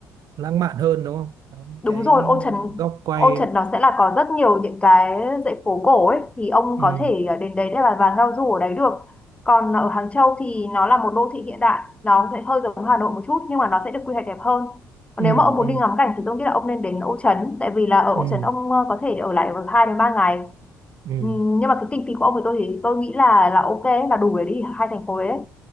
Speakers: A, on the right (about 55°); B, on the left (about 15°).
A: lãng mạn hơn đúng không Có những
B: Đúng
A: cái
B: rồi, ô trần
A: góc quay
B: ô trần nó sẽ là có rất nhiều những cái dãy phố cổ ấy thì ông
A: ừ.
B: có thể ờ, đến đấy để mà vào giao du ở đấy được. Còn ở Hàng Châu thì nó là một đô thị hiện đại, nó sẽ hơi giống Hà Nội một chút nhưng mà nó sẽ được quy hoạch đẹp hơn. Còn
A: Ừ.
B: nếu mà ông muốn
A: Ừ.
B: đi ngắm cảnh thì tôi nghĩ là ông nên đến Ô Trấn, tại vì là ở
A: Ừ.
B: Ô Trấn ông ờ, có thể ở lại được 2 đến 3 ngày.
A: Ừ.
B: Ừm, nhưng mà cái kinh phí của ông thì tôi thì tôi nghĩ là là ok là đủ để đi hai thành phố đấy.